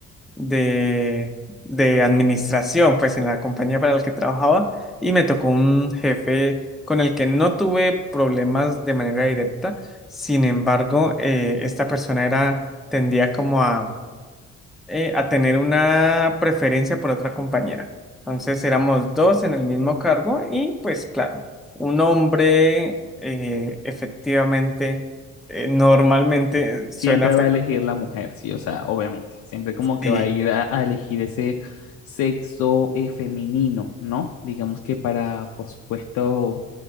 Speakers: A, in the centre; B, on the left (about 80°).
A: de, de administración, pues en la compañía para la que trabajaba, y me tocó un jefe con el que no tuve problemas de manera directa, sin embargo, eh, esta persona era, tendía como a, eh, a tener una preferencia por otra compañera. Entonces éramos dos en el mismo cargo y pues claro, un hombre eh, efectivamente, eh, normalmente suena
B: Siempre
A: feo.
B: va a elegir la mujer, sí, o sea, obviamente. Siempre como que
A: Sí,
B: va a ir a, a elegir ese sexo eh, femenino, ¿no? Digamos que para, por supuesto,